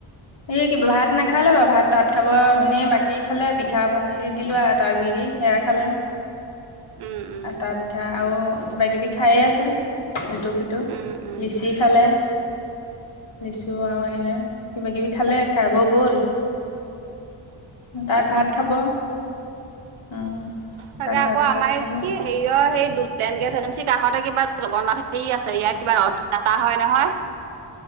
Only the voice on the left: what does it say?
এই কিবা ভাত নাখালে হব, ভাত তাত খাব এনেই বাকী সি খালে। পিঠা ভাজিৰে দিলো আতা গুৰি দি সেয়া খালে।
আটা, পিঠা আৰু কিবা কিবি খায়ে আছে। ইটো - সিটো
লিচি খালে। লিচু আৰু এনেকে কিবা -কিবি খালে খাব গ'ল। তাত
ভাত
খাব। উম
তাত
ভাত তাত
খাব অ